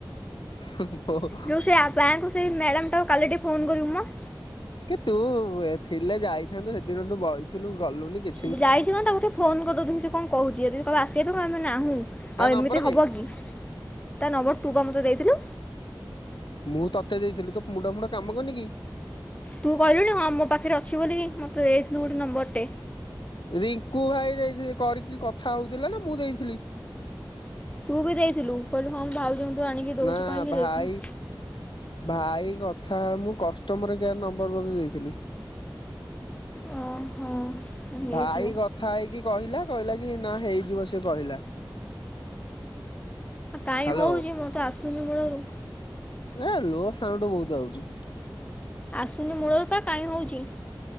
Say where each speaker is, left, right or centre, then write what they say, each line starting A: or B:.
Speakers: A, on the left; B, on the left.
A: ହୁଁ ବୋହୁ
B: ଯୋଉ ସେ ଆ ବ୍ୟାଙ୍କକୁ ସେଇ ମ୍ୟାଡାମଟାକୁ କାଲି ଟିକେ ଫୋନ କରିବୁ ମ।
A: କି ତୁ ଏ ଥିଲେ ଯାଇଥାନ୍ତୁ ସେଦିନଠୁ ବଇଥିଲୁ ଗଲୁନି କି
B: ବୁ ଯାଇଛି ମ ତାଙ୍କୁ ଟିକେ ଫୋନ୍ କରିଦବୁ ଦେଖି ସିଏ କଁ କହୁଛି ଯଦି ଯଦି କହିବ ଆସିବା ପାଇଁ କହିବୁ ଆମେ ନାହୁଁ।
A: ତା
B: ଆଉ
A: ନମ୍ବର
B: ଏମିତି
A: କାଇଁ
B: ହବ କି ତା ନମ୍ବର ତୁ ପା ମୋତେ ଦେଇଥିଲୁ।
A: ମୁଁ ତତେ ଦେଇଥିଲି ତୋ ମୁଣ୍ଡ ଫୁଣ୍ଡ କାମ କରୁନି କି।
B: ତୁ କହିଲୁଣି ହଁ ମୋ ପାଖରେ ଅଛି ବୋଲିକି ମତେ ଦେଇଥିଲୁ ଗୋଟେ ନମ୍ବରଟେ।
A: ଏ ରିଙ୍କୁ ଭାଇ ଦେଇଥିବେ କରିକି କଥା ହଉଥିଲା ନା ମୁଁ ଦେଇଥିଲି।
B: ତୁ ବି ଦେଇଥିଲୁ କହିଲୁ ହଁ ମୁଁ ଭାଉଜଙ୍କୁଠୁ ଆଣିକି ଦଉଛି
A: ନା
B: କହିକି
A: ଭାଇ
B: ଦେଇଥିନୁ।
A: ଭାଇ କି କଥା ମୁଁ କଷ୍ଟମର କେୟାର୍ ନମ୍ବର ବୋଧେ ଦେଇଥିଲି।
B: ଓହୋ ହେଇଥିବ।
A: ଭାଇ କ ଥା ହେଇକି କହିଲା କହିଲା କି ନା ହେଇଯିବ ସିଏ କହିଲା।
B: କାଇଁ
A: ହ୍ୟାଲୋ
B: ହଉଚି ମୁଁ ତ ଆସୁନି ମୂଳୁରୁ।
A: ଲା ଲୋ ସାଉଣ୍ଡୁ ବୋହୁତ ଆଉଚି।
B: ଆସୁନି ମୂଳରୁ ପା କାଇଁ ହଉଚି।